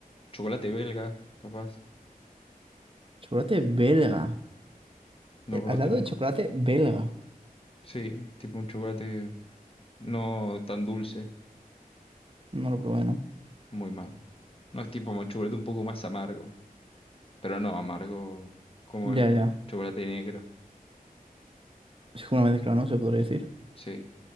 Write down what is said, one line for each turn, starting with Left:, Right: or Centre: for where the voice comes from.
Left: Chocolate belga, capaz,
Right: Chocolate belga.
Left: no
Right: Eh,
Left: probaste
Right: Al lado
Left: nunca.
Right: de chocolate belga.
Left: Sí, es tipo un chocolate no tan dulce,
Right: No lo probé, ¿no?
Left: muy mal. No es tipo un chocolate un poco más amargo, pero no amargo como
Right: Ya,
Left: el
Right: ya.
Left: chocolate negro.
Right: Es como una mezcla, ¿no? Se podría decir.
Left: Sí.